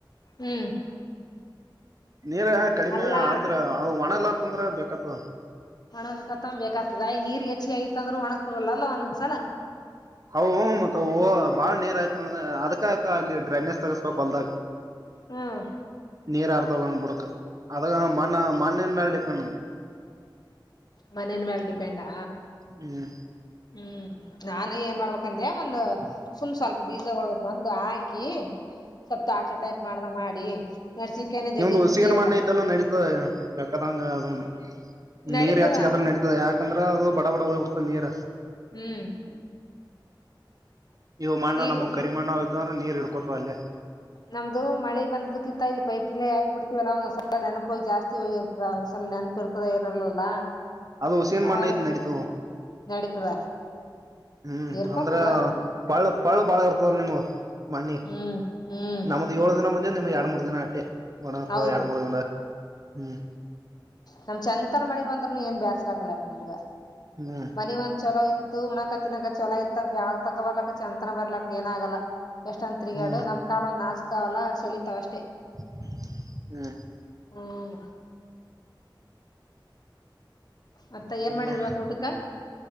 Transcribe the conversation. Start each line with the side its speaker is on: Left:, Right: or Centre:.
Left: ಹ್ಮ್
Right: ನೀರ ಕಡಿಮೆ
Left: ಅಲ್ಲಾ
Right: ಅಂದ್ರ ಅದು ಒಣಲ್ಲಾತ್ತಂದ್ರೆ ಬೇಕತ್
Left: ಒಣಗ ಕತ್ತೊ ಬೇಕ್ತದಯ ನೀರ್ ಹೆಚ್ಚಿ ಆಗತ್ತ ಅಂದ್ರರು ಒಣಗಕ್ ತಗೊಲ್ಲಲ್ಲ ಒಂದೊಂದ್ಸಲ
Right: ಹ ಮತ್ತ ಹ ಬಾಳ್ ನೀರ್ ಆಯ್ತ ಅಂದ್ರೆ ಅದಕಕ ಅಲ್ಲಿ ಡ್ರೈನೇಜ್ ತಗಸ್ಬೇಕಕ್ ಹೊಲ್ದಾಗ
Left: ಹ್ಮ್
Right: ನೀರ ಅರ್ತ ಕೊಡುಕ ಅ ಮಣ್ಣ ಮಣ್ಣನ್ ಮೇಲೆ ಡಿಪೆಂಡ್ ನ
Left: ಮನೇನ್ ಮೇಾಲ ಡಿಪೆಂಡಾ
Right: ಹ್ಮ್
Left: ಹ್ಮ್ ನಾನ ಏನ್ ಮಾಡ್ಬೇಕಂದೆ ಒಂದ ಸುಮ್ ಸ್ವಲ್ಪ ಬೀಜಗಳು ತಂದು ಹಾಕಿ <unintelligible> ಸ್ವಲ್ ಆಟ ಟೈಪ್ ಮಾಡ್ ದಂಗೆ ಮಾಡಿ ಮೆಣಸಿನ್ಕಾಯಿನ ಜಗ್ಗೆ
Right: ನಿದ
Left: ತುಟ್ಟಿ
Right: ಉಸಿಗನ್
Left: ಆಗ್ಯ
Right: ಮಣ್ಣ ಐತೆಲ್ಲ ನಡೀತ ಬೇಕಾದಂಗ ಅದ <unintelligible>
Left: ನಡೀತದ
Right: ನೀರ್ ಹೆಚ್ಚಿಗೆತ್ರ ನಡತದೆ ಯಾಕಂದ್ರ ಅದು ಬಡ ಬಡ ಹೋಗ್ಬಿಡ್ತದ ನೀರ.
Left: ಹ್ಮ್
Right: ಇವು ಮಣ್ಣ
Left: ಈಗ
Right: ನಮಗ್ ಕರಿಮಣ್ಣ ಇದ್ದ ಅಂದ್ರೆ ನೀರ್ ಹಡ್ಕೋತವ ಅಲ್ಲೇ.
Left: ನಮ್ದು ಮಳಿ ಬಂದದ್ಕಿಂತ ಇಲ್ಲಿ ಪೈಪ್ಲ್ಲ ಹಾಕಿ ಬಿಡ್ತವಲ್ಲಾ ಒಂದ್ ಸಲ ನೆನಪೋಗಿ ಜಾಸ್ತಿ ಹೋಗಿರ್ತದ. ಸಲ ನೆನಪು ಇರ್ತದ ಇರಲ್ಲಲ್ಲ
Right: ಅದು ಉಸಿಗಿನ ಮಣ್ಣ
Left: ಅದಕ್
Right: ಐತಿ ನಡೀತದ
Left: ನಡೀತದ.
Right: ಹ್ಮ್
Left: ಇರ್ಕೋತದ
Right: ಅಂದ್ರ ಪಳ ಪಳ ಇರ್ತವ ನಿಮ್ ಅವು. ಮಣಿ
Left: ಹ್ಮ್ ಹ್ಮ್
Right: ನಮ್ದ ಏಳು ದಿನ ಬಂದ ನಿಮಗ್ ಎರಡ್ ಮೂರ್ ದಿನ ಅಟ್ಟೆ ಒಣಪ್ಪ
Left: ಹೌದು
Right: ಎರಡ್ ಮೂರ್ ದಿನದ. ಹ್ಮ್
Left: ನಮ್ ಚೆಂತರ ಮಳಿ ಬಂದ್ನು ಏನ್ ಬೇಸರ ಆಕಲ್ಲಪ್ಪ ನಮ್ಗ
Right: ಹ್ಮ್
Left: ಮನಿ ಒಂದ್ ಚಲೋ ಇ. ಉಣಕ ತಿನ್ನಾಕ ಚಲ ಇತ್ತ ಬ್ಯಾಳ್ ತಗ ಬರ್ಲಕ್ ಚಂದಂತನ ಬರ್ಲಕ್ಕ ಏನ ಆಗಲ್ಲ. ಎಷ್ಟೊಂದ ತಿರುಗಾಡು
Right: ಹ್ಮ್
Left: ನಮ್ ಕಾಲ ನಾಚಕಾವಲ್ಲ ಸಲೀತಾವ ಅಷ್ಟೇ.
Right: <inaudible> ಹ್ಮ್
Left: ಹ್ಮ್ ಮತ್ತ ಏನ್
Right: ಏನವ
Left: ಮಾಡಿದ್ರ ಇವತ್ ಊಟಕ.